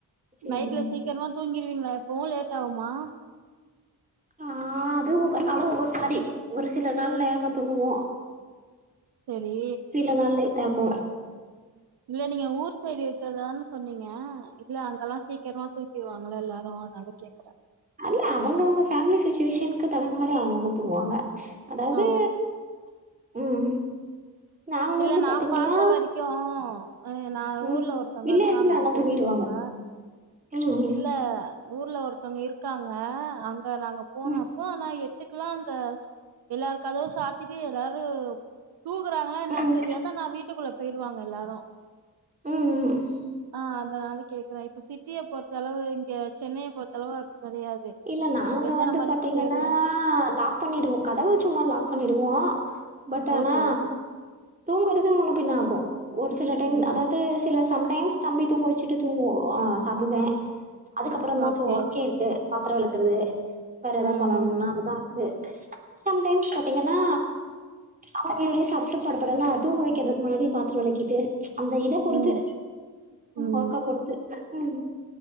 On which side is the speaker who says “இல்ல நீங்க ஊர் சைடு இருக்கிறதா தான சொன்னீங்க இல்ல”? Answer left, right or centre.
Right